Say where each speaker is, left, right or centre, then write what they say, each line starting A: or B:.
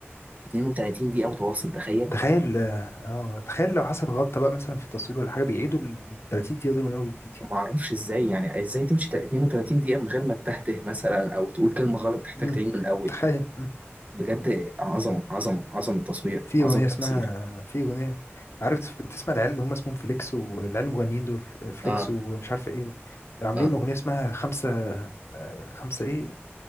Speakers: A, on the right; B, on the left.
A: 32 دقيقة متواصل تخيل
B: تخيل اه تخيل لو حصل غلطة بقى مثلا في التصوير ولا حاجة بيعيدوا ال 30 دقيقة دول من أول وجديد يعني
A: ما اعرفش ازاي يعني ازاي تمشي تا- 32 دقيقة من غير ما تتهته مثلا او تقول كلمة غلط تحتاج
B: مم.
A: تعيد من الاول
B: تخيل مم.
A: بجد عظمة عظمة عظمة التصوير
B: في
A: عظمة
B: أغنية
A: التمثيل
B: اسمها في أغنية عارف بتسمع العيال اللي هم اسمهم فليكس والعيال المغنيين دول فليكس
A: اه
B: ومش عارف ايه عاملين
A: اه
B: أغنية اسمها خمسة آه، خمسة ايه